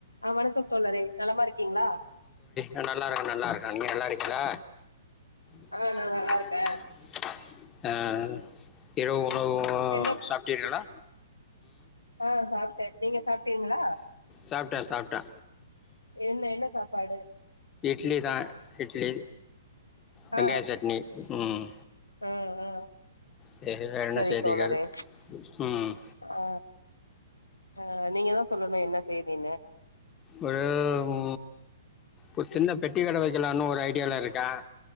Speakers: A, on the left; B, on the left.
A: ஆ வணக்கம் தோழரே நலமா இருக்கீங்களா
B: ஆ நல்லாருக்கே நல்லாருக்கே நீங்க நல்லாருக்கீங்களா <inaudible>
A: ஆ நா நல்லா இருக்கே
B: ஆ இரவு உணவு
A: என்ன
B: சாப்டீர்களா
A: ஆ சாப்ட்டே நீங்க சாப்ட்டீங்களா
B: சாப்பிட்டே சாப்பிட்டே
A: என்ன என்ன சாப்பாடு
B: இட்லிதா இட்லி வெங்காய
A: ஆ
B: சட்னி ம்
A: ஆ ஆ
B: செரி வேற
A: சரி
B: என்ன செய்திகள்
A: தோழரே
B: ம்
A: ஆ ஆ நீங்க எதா சொல்லணு என்ன செய்தின்னு
B: ஒரு உ ஒரு சின்ன பெட்டிக்கட வெக்கலான்னு ஒரு ஐடியாவுல இருக்கே